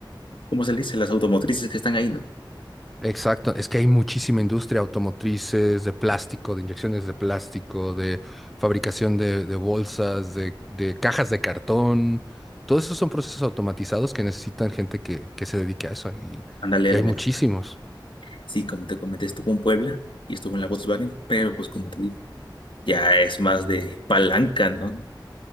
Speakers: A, on the left (about 80°); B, in the centre.
A: ¿cómo se le dice? Las automotrices que están ahí, ¿no?
B: Exacto, es que hay muchísima industria automotrices, de plástico, de inyecciones de plástico, de fabricación de, de bolsas, de, de cajas de cartón. Todos esos son procesos automatizados que necesitan gente que, que se dedique a eso y,
A: Ándale
B: y
A: a la
B: hay muchísimos
A: mecatrónica. Sí, como te comenté, estuvo en Puebla y estuvo en la Volkswagen, pero pues como te digo, ya es más de palanca, ¿no?